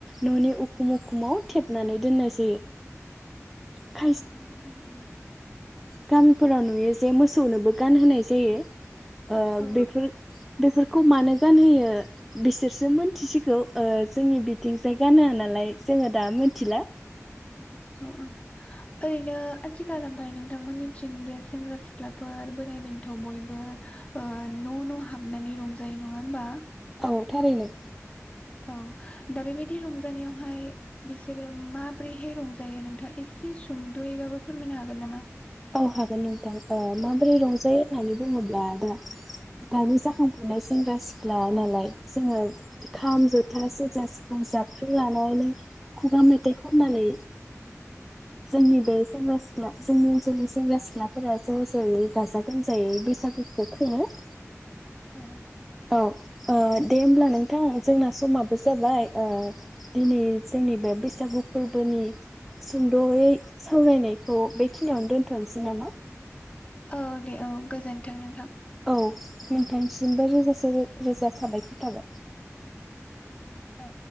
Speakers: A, in the centre; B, on the left (about 20°).
A: ननि उखुम उखुमाव थेबनानै दोननाय जायो। <inaudible>
B: उम उम
A: गामिफोराव नुयो जे मोसौनोबो गानहोनाय जायो। ओ
B: औ
A: बेफोर बेफोरखौ मानो गानहोयो बिसोरसो मोनथिसिगौ जोंनि बिथिंजाय गानआ नालाय जोङो दा मिथिला।
B: औ औ। ओइ नो खाथि खालामबाय नोंथांमोननिथिं जे सेंग्रा सिख्लाफोर बोराइ बेन्थ' बयबो उ न' न' हाबनानै रंजायो नङा होमबा।
A: औ थारैनो।
B: औ दा बेबायदि रंजानायावहाय बिसोरो माब्रैहाय रंजायो नोंथाङा एसे सुंद'यैबाबो फोरमायनो हागोन नामा?
A: औ हागोन नोंथां माबोरै रंजायो होननानै बुंङोब्ला आदा दानि जाखांफुनाय सेंग्रा सिख्ला सिख्ला नालाय जोङो खाम जथा सेरजा सिफुं जाबखेरें लानानै खुगा मेथाइ खननानै जोंनि बे सेंग्रा सिख्ला जोंनि ओनसोलनि सेंग्रा सिख्लाफोरा ज' ज'यै गाजा गोमजायै बैसागुखौ खुङो।
B: औ।
A: औ ओ दे होमब्ला नों नोंथां जोंना समाबो जाबाय दिनै जोंनि बे बैसागु फोरबोनि सुंद'यै सावरायनायखौ बेखिनियावनो दोन्थ'नोसै नामा।
B: औ दे औ गोजोन्थों नोंथां।
A: औ नोंथांसिमबो रोजासे रोजा साबायखर थाबाय।
B: औ।